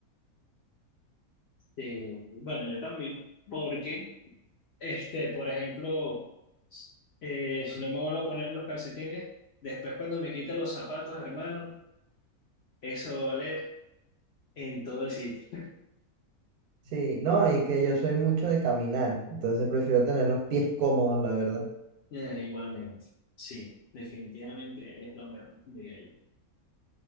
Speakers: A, on the left (about 65°); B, on the right (about 80°).
A: Eh, bueno, yo también, porque, este, por ejemplo, eh, si no me vuelvo a poner los calcetines, después cuando me quita los zapatos, hermano, eso va a oler en todo el sitio.
B: Sí, no, y que yo soy mucho de caminar, entonces prefiero tener los pies cómodos, la verdad.
A: Eh, igualmente, sí, definitivamente es lo mejor, diría yo.